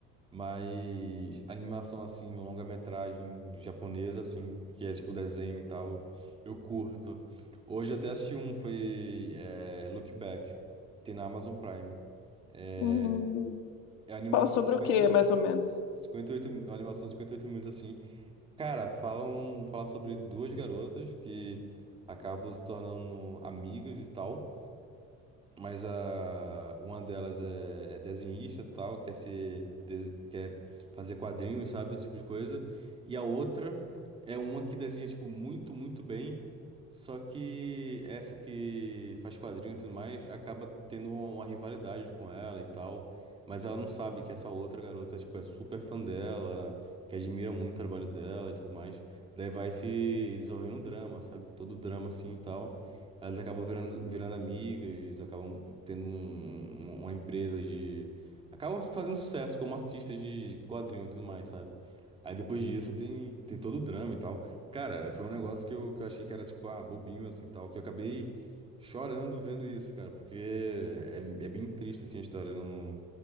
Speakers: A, on the right; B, on the left.
A: Mas animação assim, longa-metragem japonesa assim, que é tipo desenho e tal, eu curto. Hoje eu até assisti um, foi é, Look Back, tem na Amazon Prime. É,
B: Hum,
A: é a animação
B: Fala sobre
A: de 58,
B: o que mais ou menos?
A: 58, é uma animação de 58 minutos assim. Cara, falam, fala sobre duas garotas que acabam se tornando amigas e tal. Mas a, uma delas é, é desenhista e tal, quer ser, des- quer fazer quadrinhos, sabe? Esse tipo de coisa. E a outra é uma que desenha, tipo, muito, muito bem. Só que essa que faz quadrinho e tudo mais acaba tendo uma, uma rivalidade com ela e tal. Mas ela não sabe que essa outra garota, tipo, é super fã dela, que admira muito o trabalho dela e tudo mais. Daí vai se desenvolvendo um drama, sabe? Todo drama assim e tal. Elas acabam virando, virando amigas, acabam tendo um- um- uma empresa de. Acabam fazendo sucesso como artistas de quadrinho e tudo mais, sabe? Aí depois disso tem, tem todo o drama e tal. Cara, foi um negócio que eu, que eu achei que era, tipo, ah, bobinho, assim, tal, que eu acabei chorando vendo isso, cara, porque é, é bem triste, assim, a história no,